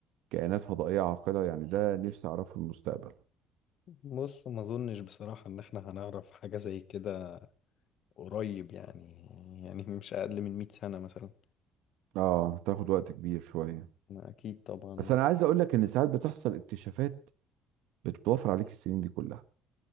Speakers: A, on the right; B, on the left.
A: كائنات فضائية عاقلة يعني ده نفسي أعرفه في المستقبل
B: بص ما اظنش بصراحة ان احنا هنعرف حاجة زي كده قريب يعني يعني مش اقل من 100 سنة مثلا
A: آه تاخد وقت كبير شوية
B: ما اكيد طبعا ب-
A: بس أنا عايز أقول لك إن ساعات بتحصل اكتشافات بتوفر عليك السنين دي كلها